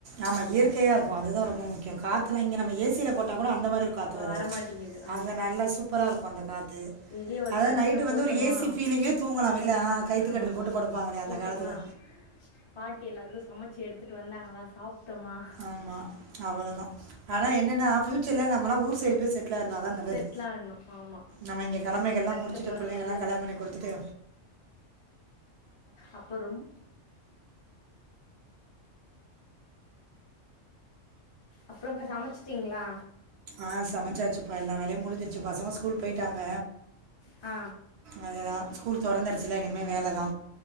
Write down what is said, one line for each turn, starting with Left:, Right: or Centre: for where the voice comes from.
Right: ஆமா இயற்கையாருக்கு அதுதா ரொம்ப முக்கியோ
Left: ம்
Right: காத்துல இங்க நம்ம ஏசியில போட்டா கோட அந்த மாரி ஒரு காத்து
Left: வ-
Right: வராது
Left: வரமாட்டேங்குது ஆமாம்
Right: அங்க நல்லா சூப்பரா இருக்கு அந்த காத்து
Left: வெளியே ஒரு
Right: அதாவது
Left: கட்டில்
Right: நைட்டு வந்து
Left: போட்டோமா
Right: ஒரு ஏசி ஃபீலிங்குலே தூங்கலா வெளிய அ கைத்துக்கட்டில்
Left: ஆமாம்
Right: போட்டு படுப்பாங்களே அந்த
Left: போட்டோமா
Right: காலத்துல
Left: பாட்டி எல்லாருக்கு சமைச்சு எடுத்துட்டு வந்தாங்களா சாப்ட்டோமா
Right: ஆமா அவ்ளோதா ஆனா என்னன்னா ஃபியூச்சர்ல நம்மல்லா ஊர் சைடு போய் செட் டுல ஆனாதா நல்லது
Left: செட்டில் ஆகணும் ஆமாம்
Right: நம்ம
Left: இங்கே
Right: இங்க கடமைகள்லா
Left: இருந்து கஷ்டப்படுறத
Right: முடிச்சுட்டு பிள்ளைங்கெல்லா கல்யாணம் பண்ணி குடுத்துட்டு
Left: அப்பறோம் அப்றோங்க்கா சமைச்சுட்டீங்களா
Right: ஆ சமைச்சாச்சுப்பா எல்லா வேலையு முடிஞ்சிச்சு பசங்க ஸ்கூல் போயிட்டாங்க
Left: ஆ
Right: அதேதா ஸ்கூல் தொறந்துரிச்சில இனிமே வேல தா